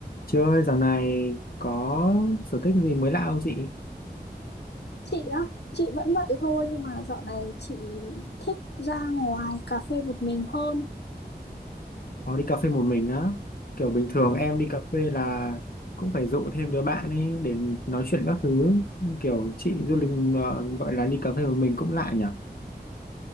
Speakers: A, on the left; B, on the left.
A: Chị ơi, dạo này có sở thích gì mới lạ không chị?
B: Chị á, chị vẫn vậy thôi nhưng mà dạo này chị thích ra ngoài cà phê một mình hơn.
A: Có đi cà phê một mình á. Kiểu bình thường em đi cà phê là cũng phải dụ thêm đứa bạn ấy để nói chuyện các thứ. Kiểu chị du lịch ờ, gọi là đi cà phê một mình cũng lạ nhỉ?